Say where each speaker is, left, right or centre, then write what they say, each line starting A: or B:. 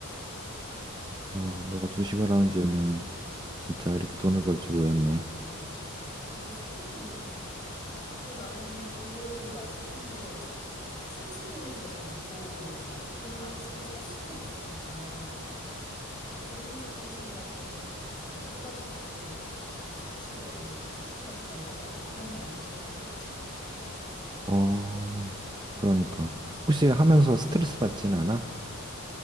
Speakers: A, on the left; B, on the right.
A: 음.
B: 야, 너가 주식을 하는 줄은 진짜 이렇게 돈을 벌 줄 몰랐네.
A: 뭐, 소액인데, 뭐. 그 나는 근데 그걸로도 만족하는 게 어쨌든 씀씀이는 계속 있고 돈을 안 쓰고 살 수는 없으니까 그냥 조금 조금씩이라도 그냥 이렇게 해가지고 뭐 저축을 뭐 한두 푼이라도 더 하자 그냥 이런 마인드로 하고 있지.
B: 어,
A: 음,
B: 그러니까. 혹시
A: 음.
B: 하면서 스트레스 받지는 않아?